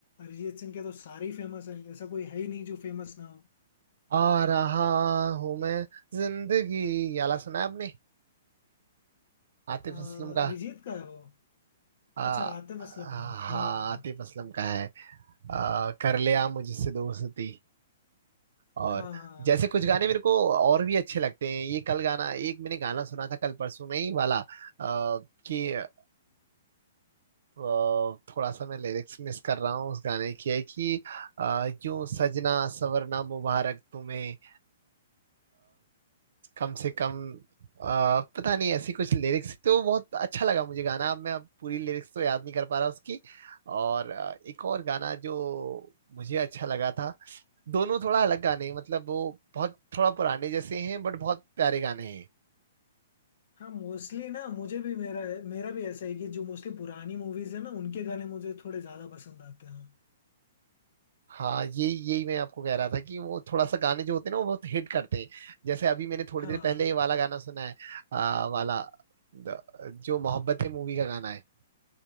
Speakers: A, on the left; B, on the right.
A: अरिजीत सिंह के तो सारे ही फेमस हैं ऐसा कोई है ही नहीं जो फेमस ना हो
B: आ रहा हूं मैं जिंदगी ये वाला सुना है आपने आतिफ
A: अ,
B: असलम का
A: अरिजीत का है वो
B: आ,
A: अच्छा आतिफ
B: आ,
A: असलम का हाँ
B: हाँ आतिफ असलम का है आ, कर लिया मुझसे दोस्ती और
A: हाँ हाँ
B: जैसे कुछ गाने मेरे को और भी अच्छे लगते हैं ये कल गाना एक मैंने गाना सुना था कल परसों में ही वाला आ, कि आ, थोड़ा सा मैं लिरिक्स मिस कर रहा हूँ उस गाने की है कि आ, यूं सजना सवरना मुबारक तुम्हें कम से कम आ, पता नहीं ऐसी कुछ लिरिक्स तो बहुत अच्छा लगा मुझे गाना अब मैं अब पूरी लिरिक्स तो याद नहीं कर पा रहा उसकी और आ, एक और गाना जो मुझे अच्छा लगा था दोनों थोड़ा अलग गाने हैं, मतलब वो बहुत थोड़ा पुराने जैसे हैं बट बहुत प्यारे गाने हैं
A: हाँ मोस्टली ना मुझे भी मेरा मेरा भी ऐसा है कि जो मोस्टली पुरानी मूवीज है ना उनके गाने मुझे थोड़े ज्यादा पसंद आते हैं
B: हाँ ये यही मैं आपको कह रहा था कि वो थोड़ा सा गाने जो होते हैं ना वो बहुत हिट करते हैं जैसे अभी मैंने थोड़ी
A: हाँ
B: देर पहले ये वाला गाना सुना है आ, वाला द- जो मोहब्बतें मूवी का गाना है